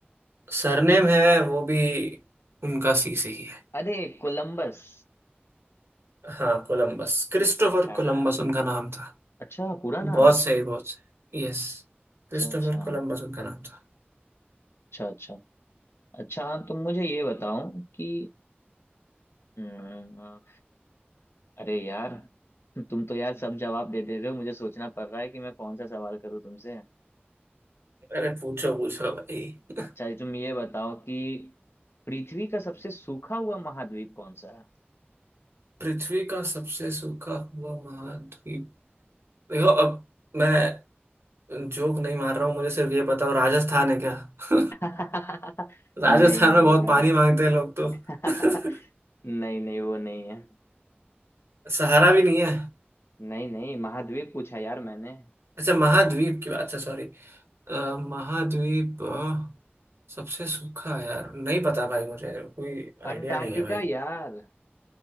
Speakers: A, on the right (about 90°); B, on the left (about 85°).
A: सरनेम है वो भी उनका सी से ही है
B: अरे कोलंबस
A: हाँ कोलंबस क्रिस्टोफर
B: हाँ
A: कोलंबस उनका नाम था
B: अच्छा पूरा नाम
A: बहुत सही बहुत सही यस
B: अच्छा
A: क्रिस्टोफर
B: अच्छा
A: कोलंबस उनका नाम था
B: अच्छा अच्छा अच्छा तुम मुझे ये बताओ कि हम्म, अरे यार तुम तो यार सब जवाब दे दे रहे हो मुझे सोचना पड़ रहा है कि मैं कौन सा सवाल करूं तुमसे
A: अरे पूछो पूछो भाई
B: अच्छा ये तुम ये बताओ कि पृथ्वी का सबसे सूखा हुआ महाद्वीप कौन सा है
A: पृथ्वी का सबसे सूखा हुआ महाद्वीप देखो अब मैं जोक नहीं मार रहा हूँ मुझे सिर्फ ये बताओ राजस्थान है क्या <laughs>
B: <laughs>
A: राजस्थान
B: नहीं नहीं
A: में बहुत
B: यार
A: पानी मांगते हैं लोग तो
B: <laughs>
A: <laughs>
B: नहीं नहीं वो नहीं है
A: सहारा भी नहीं है
B: नहीं नहीं महाद्वीप पूछा यार मैंने
A: अच्छा महाद्वीप की बात अच्छा सॉरी महाद्वीप अ, सबसे सूखा यार नहीं पता भाई मुझे कोई आइडिया
B: अंटार्कटिका
A: नहीं है भाई
B: यार